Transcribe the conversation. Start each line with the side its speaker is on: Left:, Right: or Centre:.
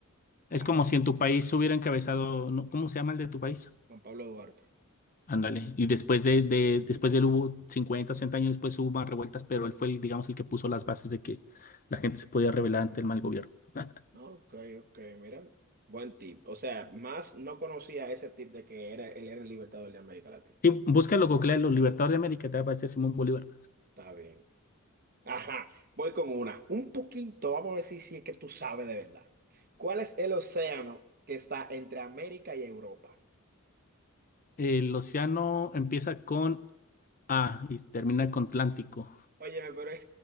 Left: Es
Right: Ah,
Left: como
Right: mira,
Left: si en tu país hubiera encabezado, ¿no? ¿Cómo se llama el de tu país?
Right: Juan Pablo Duarte.
Left: Ándale. Y después de, de- después de él hubo 50 60 años después hubo más revueltas, pero él fue, el, digamos, el que puso las bases de que la gente se podía rebelar ante el mal gobierno. <laughs>
Right: Ok, ok, mira. Buen tip. O sea, más no conocía ese tip de que era, él era el libertador de América Latina.
Left: Sí, búscalo, googlea, los libertadores de América, te va a aparecer Simón Bolívar.
Right: Está bien. Ajá, voy con una. Un poquito, vamos a ver si, si es que tú sabes de verdad. ¿Cuál es el océano que está entre América y Europa?
Left: El océano empieza con A y termina con Atlántico.
Right: Óyeme, pero... <laughs>